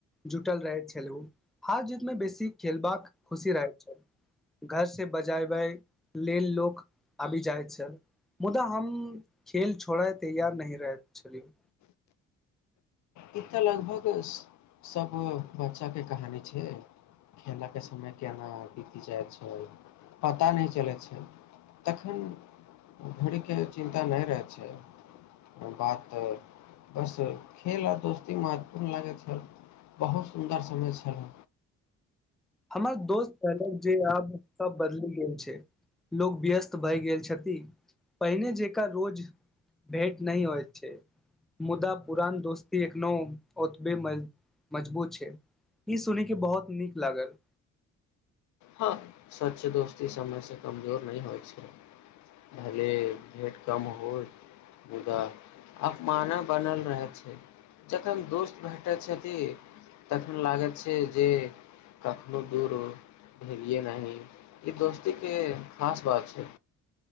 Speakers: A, in the centre; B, on the left.
A: जुटल रहैत छलहुँ हार जीतमे बेसी खेलबाक खुशी रहैत छल घर से बजयबै लेल लोक आबि जाइत छल मुदा हम खेल छोड़य तैयार नहिह रहैत छलियौ
B: ई तऽ लगभग सब बच्चाके कहानी छै खेलऽके समय केना बीति जाइ छै पता नहि चलै छै तखन घड़ीके चिन्ता नहि रहै छै बात बस खेल आ दोस एतेक महत्वपूर्ण लागैत छल बहुत सुन्दर समय छलै
A: हमर दोस्त पहले जे आब सब बदलि गेल छै लोग व्यस्त भय गेल छथि पहिने जेक रोज भेट न होत छै मुदा पुरान दोस्ती एखनो ओतबे मजबूत छै ई सुन के बहुत नीक लागल
B: हँ सच दोस्ती समय से कमजोर नहि होइ छै भले भेट कम होय मुदा अपमान बनल रहै छै जखन दोस्त भेटे छथि तखन लागैत छै जे कखनो दूर भेल ये नहिह य दोस्तीे के खास बात छै